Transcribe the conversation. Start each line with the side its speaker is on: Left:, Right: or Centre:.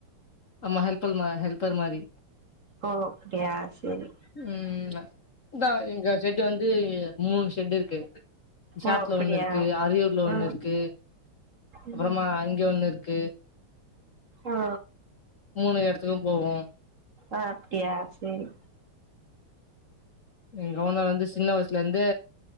Left: ஆமா ஹெல்பல் மா ஹெல்பர் மாரி
Right: ஓ அப்டியா செரி
Left: ம் இந்தா எங்க செட் இங்க வந்து மூணு சேட்டு இருக்கு விஷாட்ல
Right: ஓ அப்டியா
Left: ஒன்னு இருக்கு அரியூர்ல ஒன்னு
Right: ஆ
Left: இருக் எ
Right: ம்
Left: அப்றமா இங்க ஒன்னு இருக்கு
Right: ஆ
Left: மூணு எடத்துக்கு போவோ
Right: ஆஹ் அப்டியா சேரி
Left: எங்க ஒனர் வந்து சின்ன வய்சுல இருந்து